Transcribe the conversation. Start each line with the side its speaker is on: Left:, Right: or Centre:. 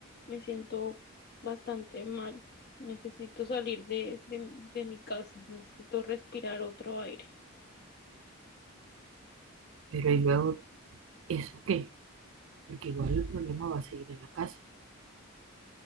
Left: me siento bastante mal. Necesito salir de, de, de mi casa, necesito respirar otro aire.
Right: Pero y luego, ¿eso qué? Porque igual el problema va a seguir en la casa.